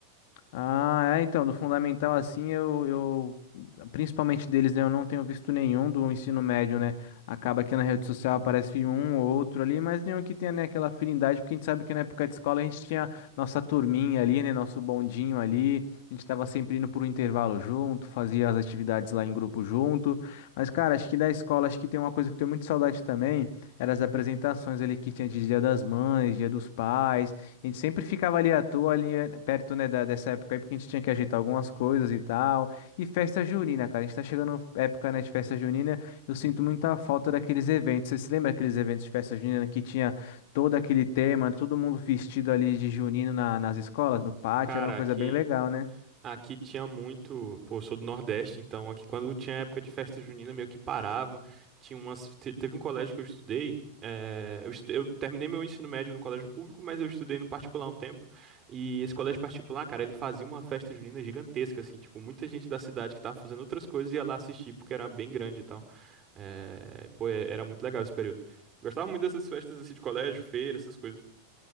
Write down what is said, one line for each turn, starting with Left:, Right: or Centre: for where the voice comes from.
Left: Ah, é, então, do fundamental assim, eu, eu, principalmente deles, né, eu não tenho visto nenhum do ensino médio, né, acaba que na rede social aparece um ou outro ali, mas nenhum que tenha, né, aquela afinidade, porque a gente sabe que na época de escola a gente tinha nossa turminha ali, né, nosso bondinho ali, a gente tava sempre indo por um intervalo junto, fazia as atividades lá em grupo junto, mas, cara, acho que da escola, acho que tem uma coisa que eu tenho muito saudade também, eram as apresentações ali que tinha de Dia das Mães, Dia dos Pais, a gente sempre ficava ali à toa, ali eh, perto, né, da, dessa época aí, porque a gente tinha que ajeitar algumas coisas e tal. E festa junina, cara. A gente tá chegando época, né, de festa junina. Eu sinto muita falta daqueles eventos. Você se lembra daqueles eventos de festa junina que tinha todo aquele tema, todo mundo vestido ali de junino na- nas escolas, no pátio?
Right: Cara,
Left: Era uma coisa
Right: aqui.
Left: bem legal, né?
Right: Aqui tinha muito, pô, eu sou do Nordeste, então aqui quando tinha época de festa junina meio que parava, tinha umas, te- teve um colégio que eu estudei, eh, eu, estu- eu terminei meu ensino médio no colégio público, mas eu estudei no particular um tempo, e esse colégio particular, cara, ele fazia uma festa junina gigantesca, assim, tipo, muita gente da cidade que tava fazendo outras coisas ia lá assistir, porque era bem grande e tal, Eh, pô, é- era muito legal esse período. Gostava muito dessas festas, assim, de colégio, feira, essas coisas.